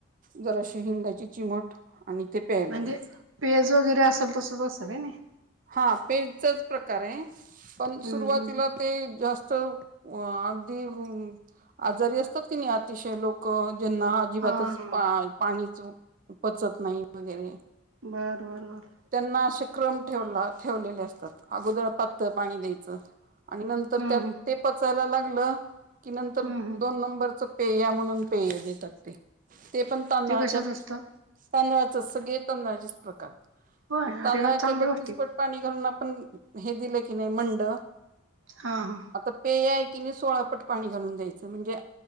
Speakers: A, on the right; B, on the right.
A: जर अशी हिंगाची चिमट आणि ते
B: म्हणजे
A: द्यायचं
B: पेज वगैरे असेल तसच असेलय नाही
A: हा पेजचाच प्रकार आहे पण
B: हम्म
A: सुरुवातीला
B: हम्म
A: ते जास्त अगदी आजारी असतात की नाही अतिशय लोक ज्यांना अजिबातच
B: हा हा
A: पाणीच पचत नाही वगैरे
B: बर बर बर
A: त्यांना असे क्रम ठेवला ठेवलेले असतात अगोदर पातळ पाणी द्यायचं आणि नंतर
B: हम्म
A: त्यात
B: हम्म
A: ते पचायला लागलं कि नंतर
B: हम्म हम्म
A: दोन नंबरच पेयया म्हणून पेय देतात ते ते पण तांदळाच्या
B: ते कशाच असतं
A: तांदळाच सगळे तांदळाचेच प्रकार
B: होय
A: मग तांदळाच्या
B: अरे वा चांगली
A: बत्तीस
B: गोष्ट आहे
A: पट पाणी घालून आपण हे दिलं की नाही मंड
B: हा हा
A: आता पेय आहे की नाही सोळापट पाणी घालून द्यायचं म्हणजे